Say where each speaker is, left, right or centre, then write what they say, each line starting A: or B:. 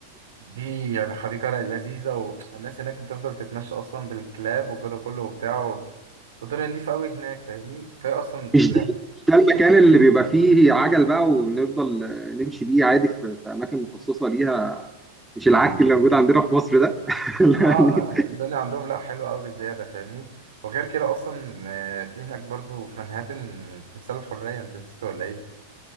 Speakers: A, on the right; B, in the centre.
A: دي يعني حديقة لذيذة والناس هناك بتفضل تتمشى اصلا بالكلاب والجو ده كله وبتاع والدنيا نضيفة أوي هناك فاهمني كفاية أصلا
B: مش
A: لا
B: دي مش ده المكان اللي بيبقى فيه عجل بقى ونفضل آه، نمشي بيه عادي في في اماكن مخصصه ليها مش العك اللي موجود عندنا في مصر ده <laughs> لا،
A: آه
B: دي-
A: الدنيا عندهم لا حلوة أوي بزيادة فاهمني وغير كده أصلا آه، في هناك برضو في منهاتن تمثال الحرية أنت نسيت ولا إيه؟